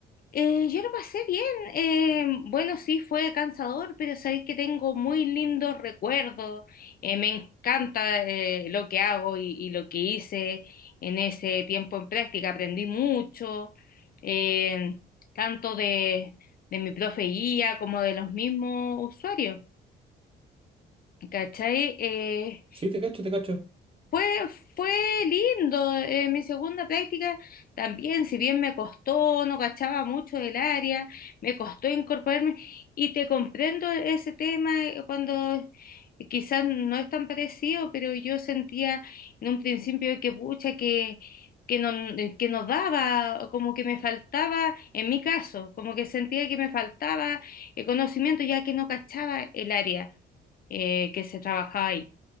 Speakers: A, on the left; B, on the right.
A: eh, yo lo pasé bien. Eh, bueno, sí, fue cansador, pero sabéis que tengo muy lindos recuerdos. Eh, me encanta eh, lo que hago y, y lo que hice en ese tiempo en práctica. Aprendí mucho, eh, tanto de, de mi profe guía como de los mismos usuarios. ¿Cachai? Eh,
B: Sí, te cacho, te cacho.
A: fue, fue lindo, eh, mi segunda práctica también, si bien me costó, no cachaba mucho del área, me costó incorporarme y te comprendo ese tema eh, cuando eh, quizás no es tan parecido, pero yo sentía en un principio que pucha, que, que no, eh, que no daba, como que me faltaba, en mi caso, como que sentía que me faltaba el conocimiento ya que no cachaba el área eh, que se trabajaba ahí